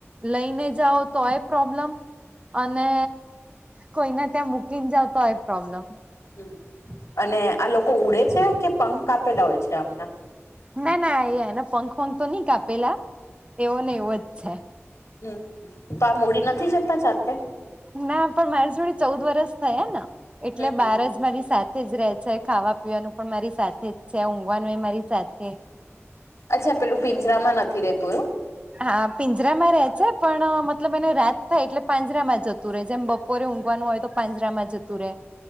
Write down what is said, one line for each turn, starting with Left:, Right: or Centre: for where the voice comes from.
Right: લઈને જાઓ તો એય પ્રોબ્લમ અને કોઈને ત્યા મૂકીને જાવ તોય એ પ્રોબ્લમ.
Left: હમ્મ અને આ લોકો ઉડે છે કે પંખ આપેલા હોય છે અમના?
Right: ના ના એ એનો પંખો ની કાપેલા એવો ને એવો જ છે.
Left: હમ તો આ મૂડી નથી જતા જાતે?
Right: ના પણ મારી જોડે ચૌદ વરસ થયા ના એટલે
Left: હમ
Right: બાર
Left: હમ
Right: જ મારી સાચ જ રેય છે. ખાવા પીવાનું પણ મારી સાથે જ છે ઊંઘવાનું એ મારી સાથે
Left: અચ્છા પેલું પિંજરામાં નથી રેતું એવું
Right: હા પિંજરામાં રહે છે પણ મતલબ એને રાત થાય એટલે પાંજરામાં જતું રહે જેમ બપોરે ઊંઘવાનું હોય તો પાંજરામાં જતું રહેે